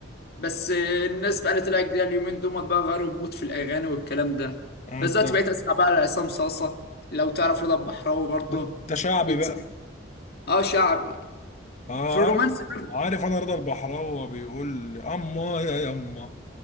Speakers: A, on the left; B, on the left.
A: بس الناس بقى اللي طلعت جديده اليومين دول بقى غيروا المود في الاغاني والكلام ده
B: آه،
A: بس
B: أنت
A: دلوقتي بقيت اسمع بقى لعصام صاصه لو تعرف رضا البحراوي برضه
B: أنت شعبي
A: يتسمع.
B: بقى
A: اه شعبي
B: آه
A: في الرومانس
B: عارف
A: برضه
B: عارف أنا رضا البحراوي بيقول أما يا يما